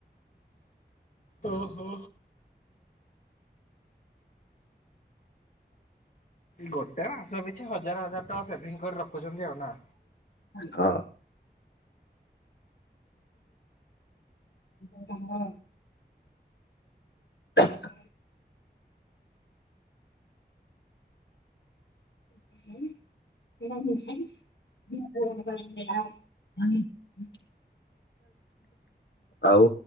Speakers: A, on the left (about 45°); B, on the left (about 80°).
A: ଓହୋ। ଗୋଟେ ମାସ ପିଛା ହଜାର ହଜାର ଟଙ୍କା ସେଭିଙ୍ଗ କରି ରଖୁଚନ୍ତି ଆଉ ନା?
B: ହଁ। <inaudible> କାମ ଅଛି। <inaudible> <inaudible> ଆଉ।